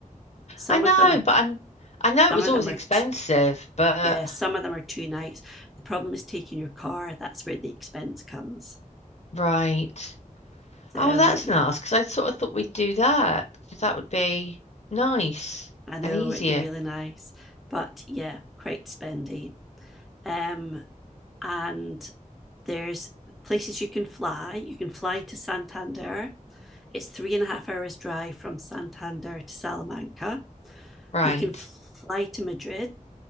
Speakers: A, in the centre; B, on the left (about 55°).
A: Some
B: I know,
A: of them are
B: but I'm I know it
A: some
B: was
A: of
B: always
A: them
B: expensive,
A: are t-
B: but
A: Yeah, some of them are two nights. The problem is taking your car. That's where the expense comes.
B: right.
A: So
B: Oh, that's
A: yeah,
B: nice because I sort of thought we'd do that because that would be nice
A: I know
B: and easier.
A: it'd be really nice, but yeah, quite spendy. Um, and there's places you can fly. You can fly to Santander. It's three and a half hours drive from Santander to Salamanca.
B: Right.
A: You can fly to Madrid,